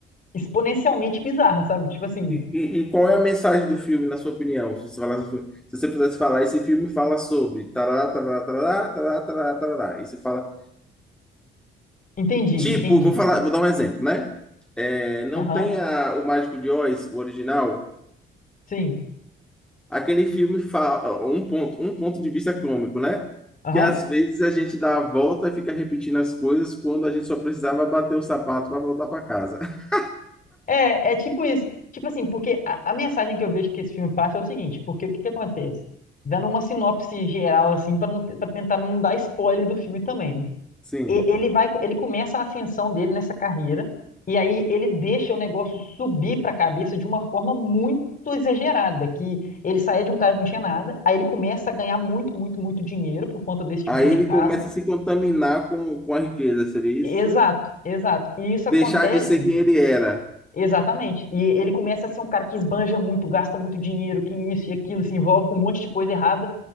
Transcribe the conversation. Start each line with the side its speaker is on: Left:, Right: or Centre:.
Left: exponencialmente bizarra, sabe? Tipo assim,
Centre: e, e- e qual é a mensagem do filme, na sua opinião? Se você, falasse, do filme- se você pudesse falar, esse filme fala sobre tarará, tarará, tarará, tarará, tarará, tarará. E você fala,
Left: entendi,
Centre: tipo,
Left: entendi.
Centre: vou falar, vou dar um exemplo, né? É, não
Left: Aham,
Centre: tem a- o Mágico de Oz, o original,
Left: sim.
Centre: Aquele filme fa- um ponto, um ponto de vista cômico, né?
Left: Aham.
Centre: Que às vezes a gente dá a volta e fica repetindo as coisas quando a gente só precisava bater o sapato para voltar para casa. <laughs>
Left: É, é tipo isso. Tipo assim, porque a, a mensagem que eu vejo que esse filme passa é o seguinte, porque o que que acontece? Dando uma sinopse geral, assim, para não, para tentar não dar spoiler do filme também, né?
Centre: Sim.
Left: E- Ele vai, ele começa a ascensão dele nessa carreira, e aí ele deixa o negócio subir para a cabeça de uma forma muito exagerada, que ele saía de um cara que não tinha nada, aí ele começa a ganhar muito, muito, muito dinheiro por conta desse tipo
Centre: Aí
Left: de mercado.
Centre: ele começa a se contaminar com, com a riqueza, seria
Left: Exato,
Centre: isso? sim?
Left: exato. E isso
Centre: Deixar
Left: acontece
Centre: de ser quem ele era.
Left: Exatamente. E ele começa a ser um cara que esbanja muito, gasta muito dinheiro, que isso e aquilo, se envolve com um monte de coisa errada.